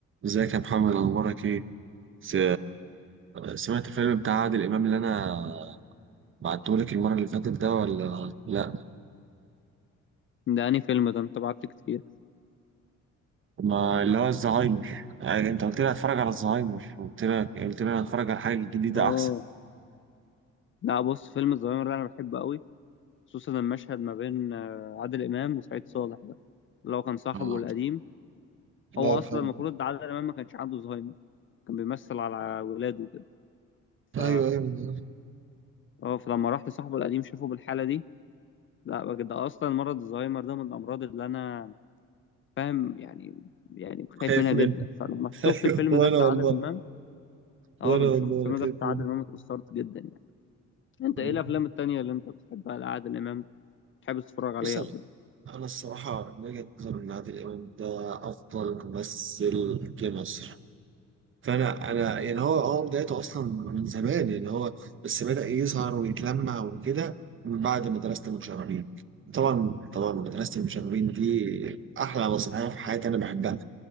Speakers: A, on the right; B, on the left.
A: ازيك يا محمد اخبارك ايه س- سمعت الفيلم بتاع عادل امام اللي انا بعتهولك المره اللي فاتت ده ولا لا
B: ده أنهي فيلم ده أنت بعت كتير
A: ما اللي هو الزهايمر يعني انت قلت لي هتفرج على الزهايمر قلت لك قلت لي هتفرج على حاجه جديده
B: اه
A: احسن
B: لا بص فيلم الظاهرة ده أنا بحبه قوي خصوصا المشهد ما بين آه، عادل إمام وسعيد صالح ده اللي هو كان صاحبه
A: اه
B: القديم
A: الله
B: هو
A: يرحمه
B: أصلا المفروض ده عادل إمام ما كانش عنده زهايمر كان بيمثل على ولاده وكده
A: ايوه
B: ف
A: ايوه أنا
B: اه فلما راح لصاحبه القديم شافه بالحالة دي لا بجد ده أصلا مرض الزهايمر ده من الأمراض اللي أنا فاهم يعني يعني خايف
A: خايف
B: منها
A: منه
B: جدا فلما
A: <laughs>
B: شفت
A: ايوه
B: الفيلم
A: وانا
B: ده بتاع
A: والله
B: عادل إمام اه
A: وانا
B: لما
A: والله
B: شفت الفيلم
A: خايف
B: ده بتاع
A: منه
B: عادل إمام اتأثرت جدا يعني أنت
A: ايوه
B: إيه الأفلام التانية اللي أنت بتحبها لعادل إمام تحب تتفرج عليه
A: بص انا
B: او كده
A: انا الصراحه من وجهه نظري ان عادل امام ده افضل ممثل جه مصر فانا انا يعني هو هو بدايته اصلا من زمان يعني هو بس بدأ يظهر ويتلمع وكده من بعد مدرسة المشاغبين طبعا طبعا مدرسة المشاغبين دي احلى مسرحية في حياتي انا بحبها